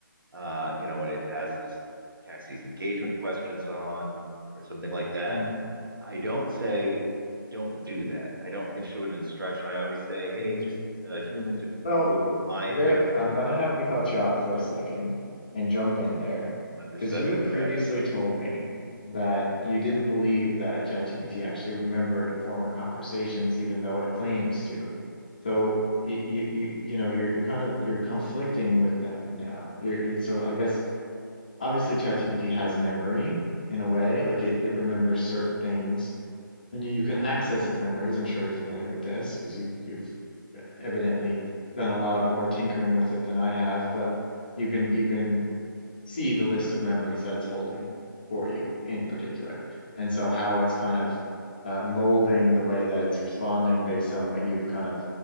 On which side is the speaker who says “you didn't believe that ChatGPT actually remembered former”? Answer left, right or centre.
Left